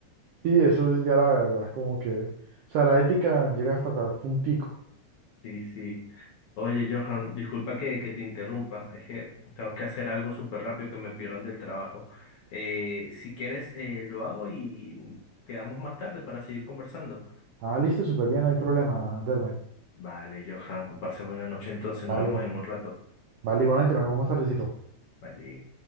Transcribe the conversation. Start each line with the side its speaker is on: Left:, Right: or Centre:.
Right: Y eso es ya la verdad, como que, o sea, la ética llega hasta tal puntico.
Left: Sí, sí. Oye, Johan, disculpa que, que te interrumpa, es que tengo que hacer algo súper rápido que me pidieron del trabajo. Eh, si quieres, eh, lo hago y quedamos más tarde para seguir conversando.
Right: Ah, listo, súper bien, no hay problema, Derwen.
Left: Vale, Johan, que pase buena noche entonces,
Right: Vale,
Left: nos vemos en un rato.
Right: vale, igualmente, nos vemos más tardecito.
Left: Vale.